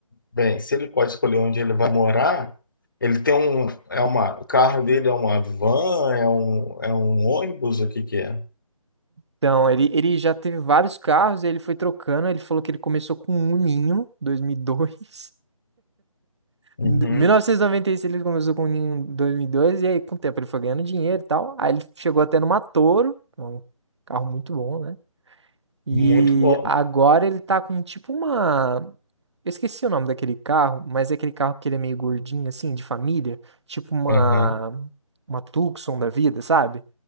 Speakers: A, on the left; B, on the right.
A: bem, se ele pode escolher onde ele vai morar, ele tem um, é uma, o carro dele é uma van, é um, é um ônibus, o que que é?
B: Então, ele, ele já teve vários carros, ele foi trocando, ele falou que ele começou com um Ninho, 2002.
A: Uhum,
B: Em mil novecentos e noventa e seis ele começou com um Ninho em dois e aí com o tempo ele foi ganhando dinheiro e tal. Aí ele chegou até numa Toro, que é um carro muito bom, né? E
A: muito bom.
B: agora ele tá com tipo uma. Eu esqueci o nome daquele carro, mas é aquele carro que ele é meio gordinho, assim, de família. Tipo uma.
A: Uhum.
B: Uma Tucson da vida, sabe?